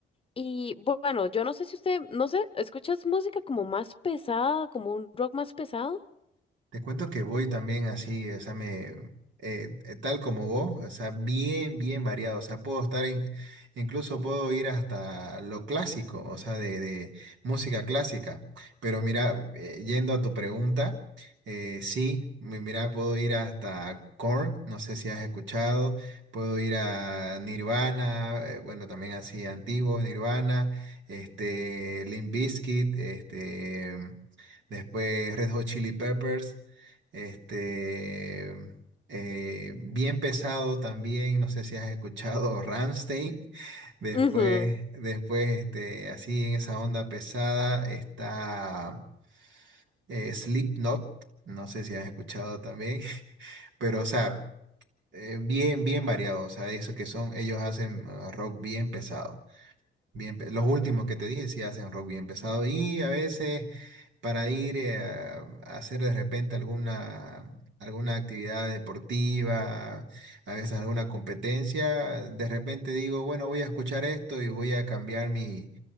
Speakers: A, on the left; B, on the right.
A: Y bu- bueno, yo no sé si usted, no sé, ¿escuchas música como más pesada, como un rock más pesado?
B: Te cuento que voy también así, o sea, me, eh, eh, tal como vos, o sea, bien, bien variado, o sea, puedo estar, en- incluso puedo ir hasta lo clásico, o sea, de, de música clásica, pero mira, eh, yendo a tu pregunta, eh, sí, mi- mira, puedo ir hasta Korn, no sé si has escuchado, puedo ir a Nirvana, eh, bueno, también así antiguo, Nirvana, este, Limp Bizkit, este... Después Red Hot Chili Peppers. Este, eh, bien pesado también, no sé si has escuchado <laughs> Rammstein. Después,
A: Ujú,
B: después este, así en esa onda pesada está eh, Slipknot, no sé si has escuchado también. <laughs> Pero, o sea, eh, bien, bien variado, o sea, eso que son, ellos hacen eh, rock bien pesado. Bien, pe- los últimos que te dije sí hacen rock bien pesado y a veces para ir eh, a a hacer de repente alguna, alguna actividad deportiva, a veces alguna competencia, de repente digo, bueno, voy a escuchar esto y voy a cambiar mi,